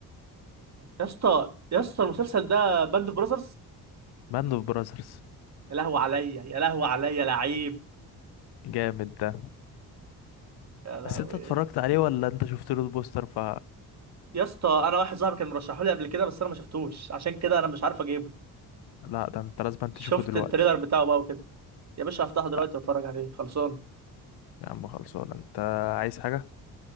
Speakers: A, on the right (about 45°); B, on the left (about 75°).
A: يا اسطى يا اسطى المسلسل ده باند اوف براذرز
B: باند أوف براذرز
A: يا لهوي عليا يا لهوي عليا لعيب
B: جامد ده
A: يا لهوي
B: بس أنت اتفرجت عليه ولا أنت شفت له البوستر ف
A: يا اسطى انا واحد صاحبي كان مرشحه لي قبل كده بس انا ما شفتوش عشان كده انا مش عارف اجيبه
B: لا ده أنت لازم تشوفه
A: شفت
B: دلوقتي
A: التريلر بتاعه بقى وكده يا باشا هفتحه دلوقتي
B: لا
A: واتفرج عليه خلصان
B: يا عم خلصان أنت عايز حاجة